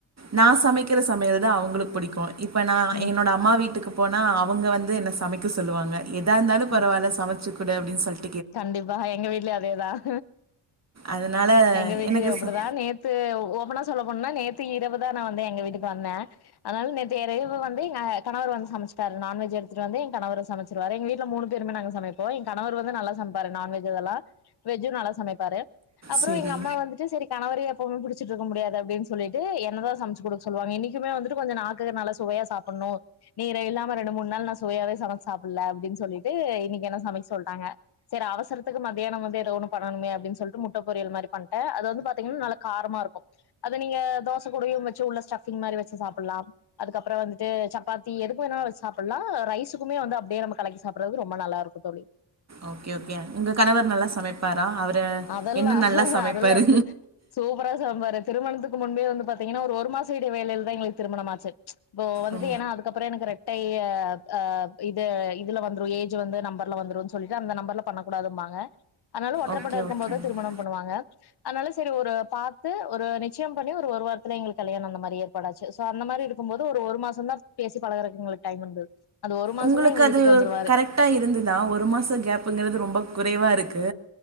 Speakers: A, on the right; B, on the left.
A: நா சமக்கிற சமையல் தா அவுங்ளுக் புடிக்கு இப்ப நான்
B: ம்
A: என்னோட அம்மா வீட்டுக்கு. போனா அவங்க வந்து என்ன சமைக்க. சொல்லுவாங்க. எதா இருந்தாலும் பரவால
B: ம்
A: சமைச்சு வச்சு கூட அப்படின்னு சொல்லட்டு.
B: கண்டிப்பா எங்க வீட்லயே அதேதான்
A: அதனால
B: எங்க வீட்லயும்
A: எனக்கு
B: அப்படிதான்
A: ச-
B: நேத்து ஓபனா சொல்ல ஒன்னா நேற்று இரவுதான் நான் வந்து எங்க வீட்டுக்கு வந்தேன் அதனால நேற்று இரவு வந்து எ கணவர் வந்து சமைச்சுப்பாரு நான்வெஜ் எடுத்துட்டு வந்து என் கணவர் சமைச்சிருருவாரு எங்க வீட்டுல மூணு பேருமே நாங்க சமைப்போம் என் கணவர் வந்து நல்லா சமைப்பாரு நான்வெஜ் அதெல்லாம் வெஜ் நல்லா சமைப்பார் அப்புறம்
A: சரி
B: எங்க அம்மா வந்துட்டு சரி கணவரியே எப்பவுமே பிடிச்சி இருக்கும் முடியாது அப்படின்னு சொல்லிட்டு என்னதான் சமைச்சுடுக்க சொல்லுவாங்க இன்னைக்குமே வந்துட்டு கொஞ்ச நாக்குக்கு நல்லா சுவையா சாப்புடணும் நீ இல்லாம ரெண்டு மூணு நாள் நான் சுவையாவே சமைச்சு சாப்பிடல அப்படின்னு சொல்லிட்டு இன்னைக்கு என்னெ சமைக்க சொல்லிட்டாங்க சரி அவசரத்துக்கு மத்தியானம் வந்து அவசரத்துக்கு வந்து ஏதாவதுஒன்னு பண்ணனுமே அப்படின்னு முட்ட முட்டை பொரியல் மாதிரி பண்ணிட்டேன் அது வந்து பாத்தீங்கன்னா நல்ல காரமா இருக்கும் அத நீங்க தோசை கூடையும் உள்ளே வச்சு உள்ளே ஸ்டபிங் மாதிரி வச்சு சாப்பிடலாம் அதுக்கப்புறம் வந்துட்டு சப்பாத்தி எதுக்கு வேணா வச்சு சாப்பிடலாம் ரைஸுக்குமே வந்து அப்படியே நம்ம கலக்கி சாப்பிடுறது ரொம்ப நல்லா இருக்கும் தோழி
A: ஓகே ஓகே உங்க கணவர் நல்லா சமைப்ப ப்பாரா அவரு
B: அதெல்லா
A: என்ன நல்லா சமைப்பாரு
B: அதெல்லா து சூப்பரா சாம்பாரு திருமணத்துக்கு முன்பே வந்து பாத்தீங்கன்னா ஒரு மாசம் இடை வேளையில தான் எங்களுக்கு திருமணமாச்சு இப்போ வந்து
A: ஓ
B: ஏன்னா அதுக்கப்புறம் எனக்கு ரெ டைய அ இத இதுல வந்ரு ஏஜ் வந்து நம்பர்ல வந்துரு சொல்ட்டு அந்த நம்பர்ல பண்ணக்கூடாதும்பாங்க அத்னால
A: ஓகே
B: <unintelligible> இருக்கும்போதுதான்
A: ஓகே
B: திருமணம் பண்ணுவாங்க அதனால சரி ஒரு பார்த்து ஒரு நிச்சயம் பண்ணி ஒரு வாரத்துல எங்களுக்கு கல்யாணம் இந்த மாரி ஏற்பாடாச்சு சோ அந்த மாரி இருக்கும்ப போது ஒரு மாசம்தா பேசி பலகரக்கு எங்களுக்கு டைம் இருந்தது அந்த ஒரு மாசமே
A: உங்களுக்கு
B: எங்க வீட்டுக்கு
A: அது
B: வந்துருவாரு
A: கரெக்ட் அ இருந்துதான் ஒரு மாசம் கேப்புங்கிறது ரொம்ப குறைவா இருக்கு